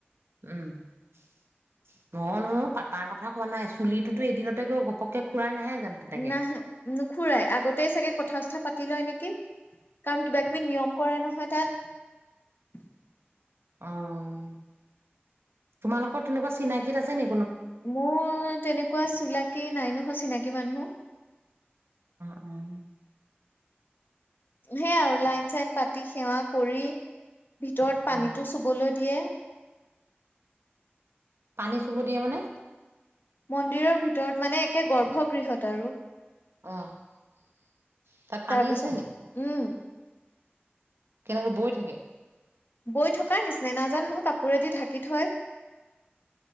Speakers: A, on the right (about 80°); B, on the left (about 55°).
A: উম ন ন পাতাৰ কথা কোৱা নাই চুলিটোতো এদিনতে গৈ ঘপককে খুৰাই নাহে। জানো তেনেকে
B: নাহে, নুখুৰায়। আগতেই চাগে কথা-চথা পাতি লয় নেকি কাৰণ কিবা কিবি নিয়ম কৰে নহয় তাত।
A: অ'। তোমালোকৰ তেনেকুৱা চিনাকিত আছে নে?
B: মোৰ তেনেকুৱা চিনাকী নাই নহয় চিনাকী মানুহ
A: উম
B: সেয়া আৰু লাইন-চাইন পাতি সেৱা কৰি ভিতৰত পানীটো
A: অ
B: চুবলৈ দিয়ে।
A: পানী চুব দিয়ে মানে?
B: মন্দিৰৰ ভিতৰত মানে একে গৰ্ভগৃহত আৰু।
A: অ ', তাত পানী
B: তাৰপিছত
A: আছে নেকি?
B: উম
A: কেনেকে? বৈ থাকে?
B: বৈ থকাৰ নিচিনা নাজানো নহয় কাপোৰেদি ঢাকি থয়।